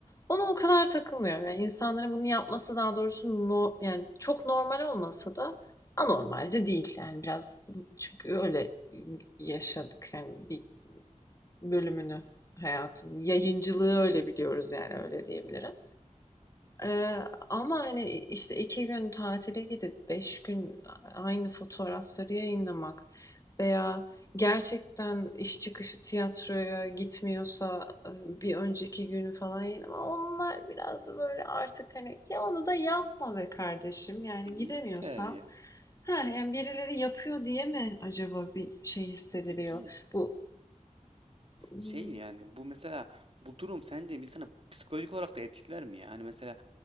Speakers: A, on the left; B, on the right.
A: ona o kadar takılmıyorum. Yani insanların bunu yapması daha doğrusu no, yani çok normal olmasa da anormal de değil. Yani biraz çünkü öyle yaşadık. Yani bir bölümünü hayatın yayıncılığı öyle biliyoruz yani öyle diyebilirim. Eee, ama, hani, işte, 2 gün tatile gidip 5 gün aynı fotoğrafları yayınlamak veya gerçekten iş çıkışı tiyatroya gitmiyorsa, bir önceki günü falan yayınlama, onlar biraz böyle artık, hani, ya onu da yapma be kardeşim, yani gidemiyorsam
B: Yeter ya.
A: ha yani birileri yapıyor diye mi acaba bir şey hissediliyor?
B: Peki
A: Bu, hmm,
B: Şey yani bu mesela bu durum sence insanı psikolojik olarak da etkiler mi ya? Hani mesela